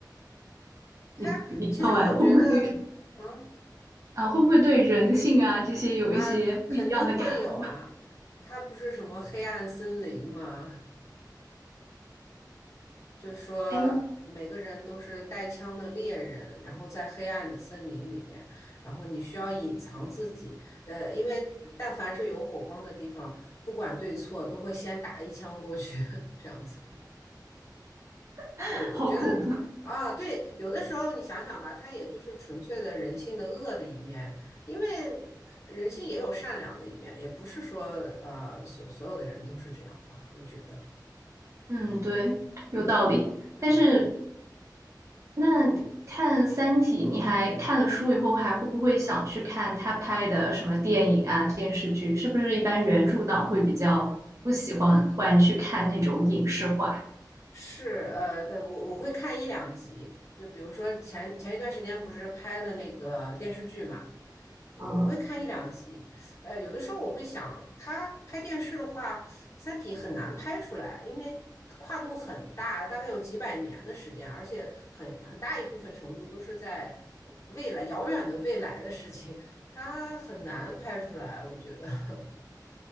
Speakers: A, on the left; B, on the right.
A: 它其实我觉得，
B: 你你看完会不会对
A: 嗯
B: 啊，会不会对人性啊这些有一些不一样的感悟？
A: 啊，肯定会有啊。它不是什么黑暗森林吗？就说每个人都是带枪的猎人，
B: 哎
A: 然后在黑暗的森林里面，然后你需要隐藏自己。呃，因为但凡是有火光的地方，不管对错，都会先打一枪过去，<laughs> 这样子。但我我觉得
B: <laughs>，好恐怖。
A: 啊，对，有的时候你想想吧，它也就是纯粹的人性的恶的一面，因为人性也有善良的一面，也不是说呃所所有的人都是这样吧，我觉得，
B: 嗯，对，有道理。
A: 嗯嗯。
B: 但是那看《三体》，你还看了书以后，还会不会想去看他拍的什么电影啊、电视剧？是不是一般原著党会比较不喜欢欢去看那种影视化？
A: 是，呃，对，我我会看一两集，就比如说前前一段时间不是拍了那个电视剧嘛，我我会看一两集，
B: 啊？
A: 呃，有的时候我会想，他拍电视的话，《三体》很难拍出来，因为跨度很大，大概有几百年的时间，而且很很大一部分程度都是在未来遥远的未来的事情，它很难拍出来，我觉得，<laughs>